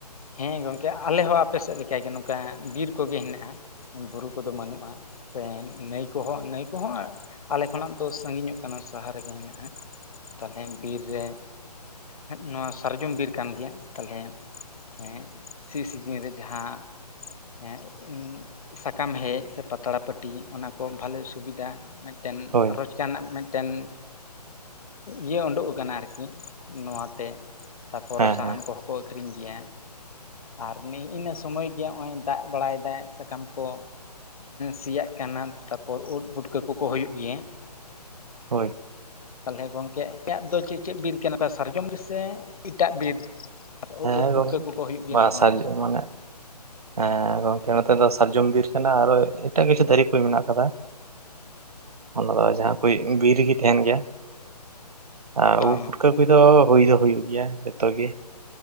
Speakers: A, on the left; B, on the right.
A: ᱦᱮᱸ ᱜᱚᱢᱠᱮ ᱟᱞᱮ ᱦᱚᱸ ᱟᱯᱮ ᱥᱮᱫ ᱞᱮᱠᱟ ᱜᱮ ᱱᱚᱝᱠᱟ, ᱵᱤᱨ ᱠᱚᱜᱮ ᱦᱮᱱᱟᱜᱼᱟ ᱵᱩᱨᱩ ᱠᱚᱫᱚ ᱵᱟᱹᱱᱩᱜᱼᱟ ᱥᱮ ᱱᱟᱹᱭ ᱠᱚᱦᱚᱸ ᱱᱟᱹᱭ ᱠᱚᱦᱚᱸ ᱟᱞᱮ ᱠᱷᱚᱱᱟᱜ ᱫᱚ ᱥᱟᱺᱜᱤᱧᱚᱜ ᱠᱟᱱᱟ ᱥᱟᱦᱟ ᱨᱤᱜᱤ ᱦᱮᱱᱟᱜᱼᱟ᱾ ᱛᱟᱞᱦᱮ ᱵᱤᱨ ᱨᱮ ᱱᱚᱣᱟ ᱥᱟᱨᱡᱚᱢ ᱵᱤᱨ ᱠᱟᱱ ᱜᱮᱭᱟ ᱛᱟᱞᱦᱮ ᱦᱮᱸ ᱥᱤ ᱥᱤᱡᱤᱱ ᱨᱮ ᱡᱟᱦᱟᱸ ᱦᱮᱸ ᱥᱟᱠᱟᱢ ᱦᱮᱡ ᱥᱮ ᱯᱟᱛᱲᱟ ᱯᱟᱹᱴᱤ ᱚᱱᱟ ᱠᱚ ᱵᱷᱟᱞᱮ ᱥᱩᱵᱤᱫᱟ ᱮᱱ
B: ᱦᱳᱭ
A: ᱨᱚᱡ ᱪᱟᱹᱱᱟᱜ ᱢᱮᱫᱴᱮᱱ ᱤᱭᱟᱹ ᱳᱰᱳᱜ ᱟᱠᱟᱱᱟ ᱟᱨᱠᱤ, ᱱᱚᱣᱟᱛᱮ ᱛᱟᱯᱚᱨᱮ
B: ᱦᱮᱸ
A: ᱥᱟᱦᱟᱱ
B: ᱦᱮᱸ
A: ᱠᱚᱦᱚᱸ ᱠᱚ ᱟᱹᱠᱷᱨᱤᱧ ᱜᱮᱭᱟ᱾ ᱟᱨ ᱩᱱᱤ ᱤᱱᱟᱹ ᱥᱚᱢᱚᱭ ᱜᱮ ᱱᱚᱜᱼᱚᱭ ᱫᱟᱜ ᱵᱟᱲᱟᱭᱮᱫᱟᱭ ᱥᱟᱠᱟᱢ ᱠᱚ ᱥᱮᱭᱟᱜ ᱠᱟᱱᱟ ᱛᱟᱯᱚᱨ ᱩᱫ ᱵᱩᱴᱠᱟᱹ ᱠᱩᱠᱚ ᱦᱩᱭᱩᱜ ᱜᱮᱭᱟ᱾
B: ᱦᱳᱭ
A: ᱛᱟᱦᱞᱮ ᱜᱚᱢᱠᱮ ᱟᱯᱮᱭᱟᱜ ᱫᱚ ᱪᱮᱫ ᱪᱮᱫ ᱵᱤᱨ ᱠᱟᱱᱟ, ᱥᱟᱨᱡᱚᱢ ᱵᱤᱨ ᱥᱮ ᱤᱴᱟᱜ ᱵᱤᱨ?
B: ᱦᱮᱸ
A: ᱩᱫ ᱯᱩᱴᱠᱟᱹ
B: ᱜᱚᱝ
A: ᱠᱚᱠᱚ ᱦᱩᱭᱩᱜ ᱜᱮᱭᱟ
B: ᱵᱟ
A: ᱥᱮ ᱵᱟᱝ?
B: ᱥᱟᱨᱡᱚᱢ ᱢᱟᱱᱮ ᱦᱮᱸ ᱜᱚᱝᱠᱮ ᱱᱚᱛᱮ ᱫᱚ ᱥᱟᱨᱡᱚᱢ ᱵᱤᱨ ᱠᱟᱱᱟ ᱟᱨᱚ ᱮᱴᱟᱜ ᱠᱤᱪᱷᱩ ᱫᱟᱨᱮ ᱠᱚ ᱢᱮᱱᱟᱜ ᱟᱠᱟᱫᱟ ᱚᱱᱟ ᱫᱚ ᱡᱟᱦᱟᱸ ᱠᱚ ᱵᱤᱨ ᱨᱮᱜᱮ ᱛᱤᱦᱮᱱ ᱜᱮᱭᱟ᱾ ᱟᱨ
A: ᱚ
B: ᱩᱫ ᱯᱩᱴᱠᱟ ᱠᱚ ᱫᱚ ᱦᱩᱭ ᱫᱚ ᱦᱩᱭᱩᱜ ᱜᱮᱭᱟ ᱡᱚᱛᱚ ᱜᱮ᱾